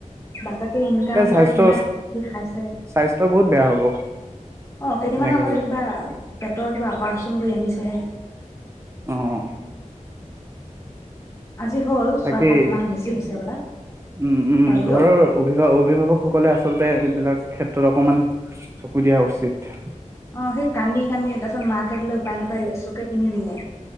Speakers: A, on the left (about 20°); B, on the right (about 20°).
A: বাপা ইনকাম
B: এই স্বাস্থ্য
A: কৰে কিমান খাইছে
B: স্বাস্থ্য বহুত বেয়া হব
A: অ কেইদিনমানৰ
B: এনেকে
A: আগতে
B: হলে
A: কিবা পেটৰ কিবা অপাৰেচন কৰি আনিছে দে
B: উম
A: আজি হ'ল
B: তাকেই
A: ছয় সাত মাহ বেছি হৈছে হবলা
B: উম উম
A: পোৱালিটো
B: ঘৰৰ অভিভাৱ অভিভাৱকসকলে আছে আচলতে এইবিলাক ক্ষেত্ৰত অকমান চকু দিয়া উচিত
A: অ সেই কান্দি কান্দি উতটা পিত মাকে বোলে উপায় নাপায় লেচুকে কিনিবিলে